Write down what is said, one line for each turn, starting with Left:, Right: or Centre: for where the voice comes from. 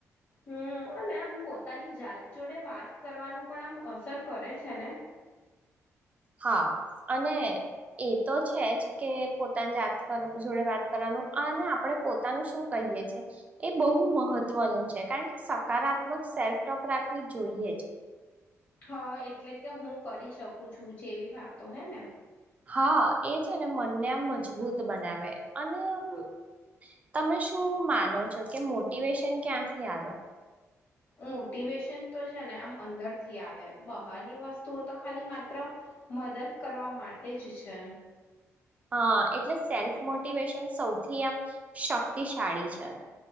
Left: હમ ને આમ પોતાની જાત જોડે વાત કરવાનું પણ આમ અસર કરે છે ને
Right: હા અને એ તો છે જ કે પોતાની જાત જોડે વાત કરવાનું અને આપડે પોતાનું શું કહી એ બહુ મહત્વનું છે કારણ કે સકારાત્મક સેલ્ફોક રાખવી જોઈએ જ
Left: હા એટલે કે હું કરી શકું છું જેવી વાતો હે ને
Right: હા એ છે ને મનને આમ મજબૂત બનાવે અને આમ તમે શું માનો છો કે મોટિવેશન ક્યાંથી આવે
Left: મોટિવેશન તો છે ને આમ અંદર થી આવે બહારની વસ્તુઓ તો ખાલી માત્ર મદદ કરવા માટે જ છે.
Right: હા એટલે સેલ્ફ મોટિવેશન સૌથી એમ શક્તિશાળી છે.